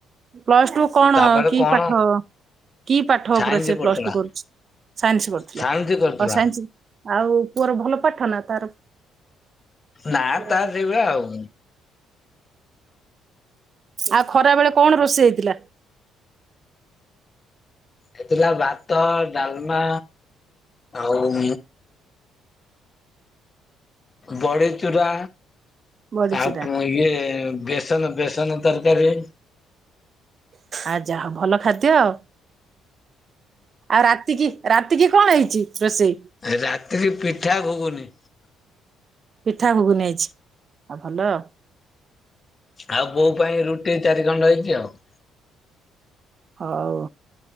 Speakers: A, on the right; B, on the left.
A: ପ୍ଲସ ଟୁ କଣ
B: ତାପରେ
A: କି
B: କଣ
A: ପାଠ? କି ପାଠ
B: ସାଇନ୍ସ
A: ଉପରେ ସେ
B: ପଢୁଥିଲା।
A: ପ୍ଲସ୍ ଟୁ କରୁଚି ସାଇନ୍ସ୍ କରୁଥିଲା
B: ସାଇନ୍ସ କରୁଥିଲା
A: ଓ ସାଇନ୍ସ୍ ଆଉ ପୁଅର ଭଲ ପାଠ ନା ତାର
B: ନା
A: ଓହୋ
B: ତାର ସେଇଭଳିଆ ଆଉ।
A: ଆଉ ଖରା ବେଳେ କଣ ରୋଷେଇ ହେଇଥିଲା?
B: ହେଇଥିଲା ଭାତ, ଡାଲ୍ମା ଆଉ ବଡିଚୁରା
A: ବଡିଚୁରା
B: ଆଉ ଇଏ ବେଶ୍ ବେସନ- ବେସନ ତରକାରୀ।
A: ଆ ଯାହଉ ଭଲ ଖାଦ୍ୟ ଆଉ। ଆଉ ରାତି କିି- ରାତି କିି କଣ ହେଇଚି ରୋଷେଇ?
B: ରାତିରେ ପିଠା ଘୁଗୁନି।
A: ପିଠା ଘୁଗୁନି ହେଇଚି ଆଉ ଭଲ ଆଉ।
B: ଆଉ ବଉ ପାଇଁ ରୁଟି ଚାରି ଖଣ୍ଡ ହେଇଚି ଆଉ।
A: ହଉ।